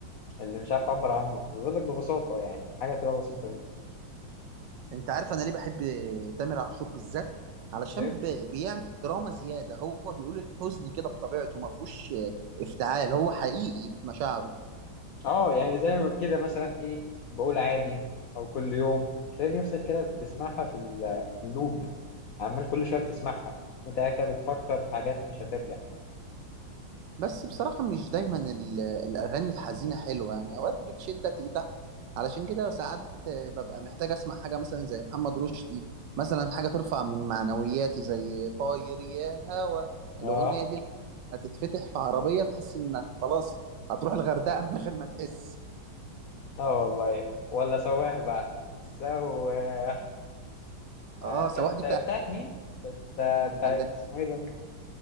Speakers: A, on the left; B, on the right.
A: اللي مش عارف تعبر عنه بيقول لك ببساطة يعني حاجة كده بسيطة جدا
B: انت عارف انا ليه بحب تامر عاشور بالذات علشان
A: فاهم؟
B: ب- بيعمل دراما زياده هو بيقول الحزن كده بطبيعته ما فيهوش افتعال هو حقيقي في مشاعره
A: اه يعني زي ما كده مثلا ايه بقول عادي أو كل يوم تلاقي نفسك كده بتسمعها في ال- في اللوب عمال كل شوية بتسمعها وانت قاعد كده بتفكر في حاجات مش هترجع
B: بس بصراحه مش دايما ال- الاغاني الحزينه حلوه يعني اوقات بتشدك لتحت علشان كده ساعات ببقى محتاج اسمع حاجه مثلا زي محمد رشدي مثلا حاجه ترفع من معنوياتي زي طاير يا هوا
A: اه
B: الاغنيه دي هتتفتح في عربيه تحس انك خلاص هتروح الغردقه من غير ما تحس
A: اه والله ولا سواح بقى سواح آه
B: اه
A: كانت
B: سواح دي بتاع
A: بتاعت مين؟ كانت آه، بتاعت
B: العندليب
A: اسمه ايه ده؟